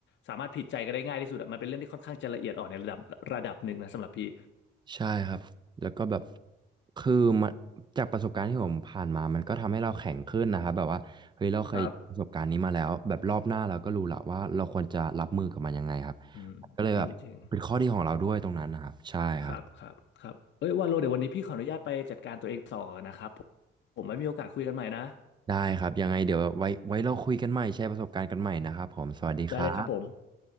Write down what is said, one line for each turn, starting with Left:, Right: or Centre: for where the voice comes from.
Left: สามารถผิดใจกันได้ง่ายที่สุดอะมันเป็นเรื่องที่ค่อนข้างจะละเอียดอ่อนในระดับระดับหนึ่งนะสำหรับพี่
Right: ใช่ครับแล้วก็แบบคือมันจากประสบการณ์ที่ผมผ่านมามันก็ทำให้เราแข็งขึ้นนะครับแบบว่าเฮ้ยเราเคยประสบการณ์นี้มาแล้วแบบรอบหน้าเราก็รู้ละว่าเราควรจะรับมือกับมันยังไงครับ
Left: ครับอืมจริงจริง
Right: ก็เลยแบบเป็นข้อดีของเราด้วยตรงนั้นนะครับใช่ครับ
Left: ครับครับครับเอ้ยว่าโลเดี๋ยววันนี้พี่ขออนุญาตไปจัดการตัวเองต่อนะครับผมผมไม่มีโอกาสคุยกันใหม่นะ
Right: ได้ครับยังไงเดี๋ยวไว้ไว้เราคุยกันใหม่แชร์ประสบการณ์กันใหม่นะครับผมสวัสดีครับ
Left: ได้เลยครับผม